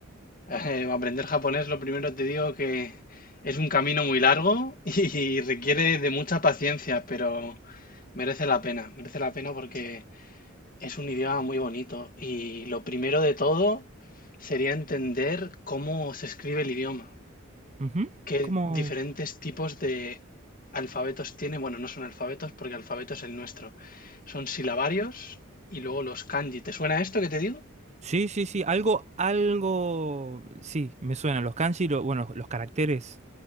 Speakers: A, on the left (about 45°); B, on the right (about 35°).
A: Eh, aprender japonés, lo primero te digo que es un camino muy largo <laughs> y requiere de mucha paciencia, pero merece la pena. Merece la pena porque es un idioma muy bonito. Y lo primero de todo sería entender cómo se escribe el idioma.
B: ujú,
A: qué
B: ¿Cómo?
A: diferentes tipos de alfabetos tiene. Bueno, no son alfabetos porque alfabeto es el nuestro. Son silabarios y luego los kanji. ¿Te suena esto que te digo?
B: Sí, sí, sí, algo, algo, sí, me suena. Los kanji, lo- bueno, los caracteres.